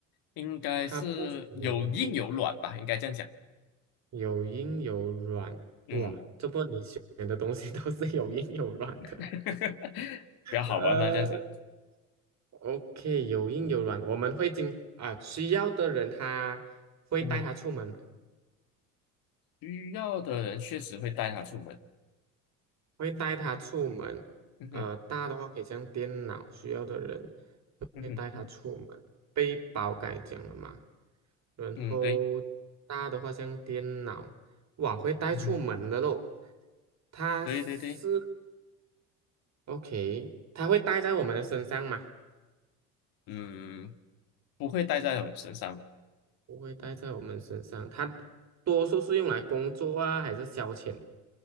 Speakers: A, on the left; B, on the right.
A: 应该是有硬有软吧，
B: 它不属于硬
A: 应该这样讲。
B: 有硬有软，
A: 嗯，
B: 哇，这波你选的东西 <laughs> 都是有硬有软的。
A: <laughs> 比较好玩嘛，
B: 呃
A: 这样子。
B: ，OK，有硬有软，我们会经啊，需要的人他会带他出门，
A: 嗯哼，需要的人确实会带它出门。
B: 会带他出门。
A: 嗯哼，
B: 呃，大的话可以像电脑，需要的人
A: 嗯哼，
B: 会带他出门。背包刚才讲了嘛，然后大的话像电脑，
A: 嗯，对，
B: 哇，会带出门的咯。
A: 嗯哼，
B: 它是
A: 对对对，
B: OK，它会带在我们的身上吗？
A: 嗯，不会带在我们身上的。
B: 不会带在我们身上，它多数是用来工作啊，还是消遣？